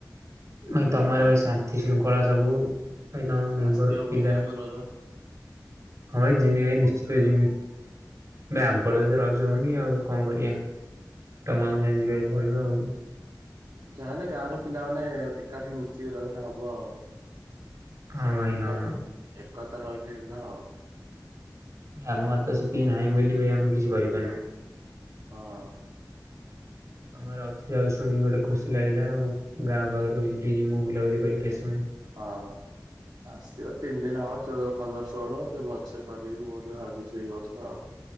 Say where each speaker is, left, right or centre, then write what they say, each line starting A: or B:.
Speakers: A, on the right; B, on the right.
A: ଭାଇ
B: ହଁ
A: ତମ ଗାଁରେ ଭାଇ
B: ଆସ
A: ଶାନ୍ତି ଶୃଙ୍ଖଳା ସବୁ। ଭାଇ ତମ ମେମ୍ବର
B: ଆସିବ
A: ପିଲା
B: ବୁଲିବାକୁ ରଜ
A: ହଁ ଭାଇ ଜିମି ଭାଇ ନିଶ୍ଚିତ ଜିମି। ବେ ଆମପଟେ ଏତେ ରଜ ହଉନି ଆଉ କଣ କରିବା ତମକୁ ଗାଁକୁ ଯାଇ ଯିବାକୁ ପଡିବ ଆଉ।
B: ଯାହାଲେ ଗାଁ ର ପିଲାମାନେ ଏକାଠି ମିଶିକି ରହିଲେ ହବ ଆଉ।
A: ହଁ ଭାଇ
B: ଏକତା-ଏକତା
A: ହଁ।
B: ରହିଲେ ହେଲା ଆଉ।
A: ଆମର ଗାଁରେ ତ ସେତିକି ନାହିଁ ବୋଲି ଭାଇ ଆମେ କିଛି କରିପାରୁନୁ।
B: ହଁ।
A: ତମର ଅଛି ଆଉ ଶୁଣିକି ଗୋଟେ ଖୁସି ଲାଗିଲା। ଆଉ ଗାଁ ପାଖରେ ହଉଛି ଟିକେ ମୁଁ ବୁଲାବୁଲି କରିକି ଆସିମି।
B: ହଁ। ଆସିବ ତିନି ଦିନି ହବ ଚଉଦ ପନ୍ଦର ଷୋହଳ ଟିକେ ଭଲସେ କରିବୁ ବୋଲି ଭାବିଛି ଏଇ ବର୍ଷ ଆଉ।